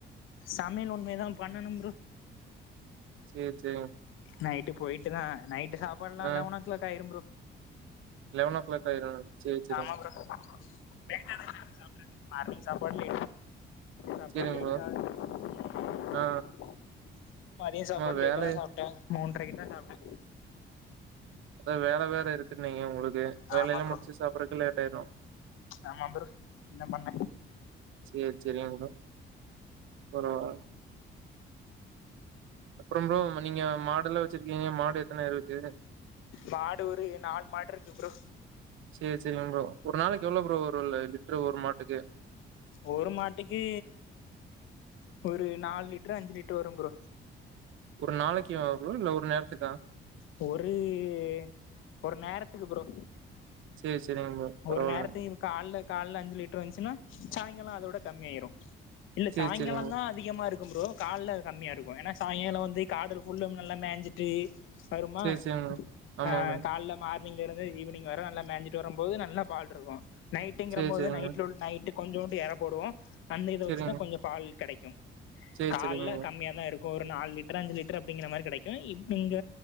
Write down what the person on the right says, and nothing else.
சரி சரி
ஆ
லெவன் ஓ கிளாக் ஆயிரும் சரி சரிங்க
சரிங்க
ப்ரோ
ஆ
ஆமா
வேலை
அத வேல வேற இருக்குன்ன நீங்க உங்களுக்கு வேலையெல்லா
முடிச்சு சாப்பிடுறக்கு லேட் ஆயிரு
சரி சரிங்க பரவா அப்புற ப்ரோ நீங்க மாடுல்லா வச்சிருக்கீங்க மாடு எத்தன இருக்கு
சரி சரிங்க ப்ரோ ஒரு நாளைக்கு எவ்ளோ ப்ரோ ஒரு லிட்ரு ஒரு மாட்டுக்கு
ஒரு நாளைக்கு அவ்ளோ இல்ல ஒரு நேரத்துக்
சேரி சேரிங்க ப்ரோ பரவாயில்லைங்க
சேரி
சேரிங்க
சேரி சேரிங்க ஆமா
ஆமா
சேரி
சேரிங்க
சேரிங்க
சேரி
சேரிங்க ப்ரோ